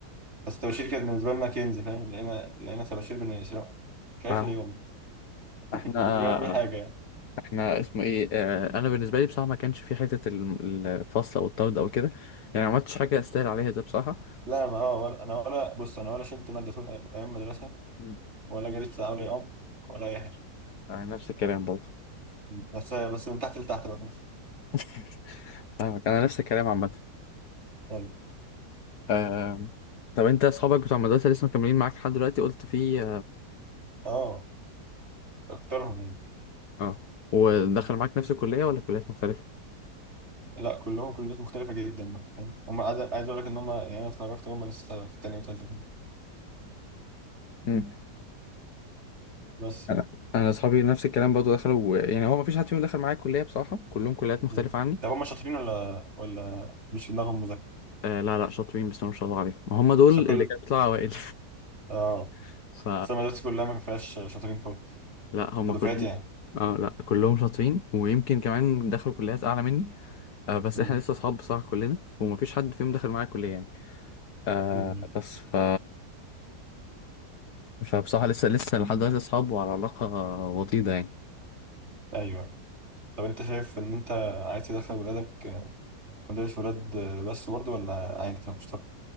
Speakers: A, on the right (about 40°); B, on the left (about 70°).
A: بس الطباشير كانت بالنسبه لنا كنز فاهم لقينا لقينا طباشير بنسرقه مش عارف
B: فاهم
A: ليه والله <laughs> ما
B: احنا
A: كنتش بعمل بيه حاجه يعني
B: احنا اسمه ايه اه انا بالنسبه لي بصراحه ما كانش في حته ال- الفصل او الطرد او كده يعني ما عملتش حاجه استاهل عليها ده بصراحه
A: لا ما هو ولا انا ولا بص انا ولا شلت ماده طول ايام أيام المدرسه
B: مم.
A: ولا جريت ساعه ولا يوم ولا اي حاجه
B: آه، نفس الكلام برضه
A: بس بس من تحت لتحت بقى
B: <laughs> فاهمك انا نفس الكلام عامه
A: طيب
B: آم، طب انت اصحابك بتوع المدرسه لسه مكملين معاك لحد دلوقتي قلت في
A: اه اكترهم يعني
B: اه ودخل معاك نفس الكلية ولا كليات مختلفة؟
A: لا كلهم كليات مختلفة جدا فاهم؟ هم عايز عايز اقول لك ان هم يعني انا اتخرجت هم لسه في تانية وتالتة كمان.
B: مم.
A: بس
B: انا
A: يعني
B: انا اصحابي نفس الكلام برضه دخلوا يعني هو ما فيش حد فيهم دخل معايا كليه بصراحه كلهم كليات مختلفه
A: مم.
B: عني
A: طب هم شاطرين ولا ولا مش في دماغهم مذاكرة؟
B: آه لا لا شاطرين بس ما شاء الله عليهم هم دول
A: بس
B: اللي
A: كل
B: كانوا بيطلعوا اوائل
A: اه
B: <laughs> ف
A: بس أنا مدرستي كلها ما فيهاش شاطرين خالص
B: لا هم
A: بدفعتي
B: كلهم
A: يعني
B: اه لا كلهم شاطرين ويمكن كمان دخلوا كليات اعلى مني آه بس
A: مم.
B: احنا لسه اصحاب بصراحه كلنا ومفيش حد فيهم دخل معايا كليه يعني آه
A: مم.
B: بس ف فبصراحه لسه لسه لحد دلوقتي اصحاب وعلى علاقه وطيده
A: ايوه طب انت شايف ان انت عايز تدخل ولادك مدارس ولاد بس برضه ولا عادي كان مشترك؟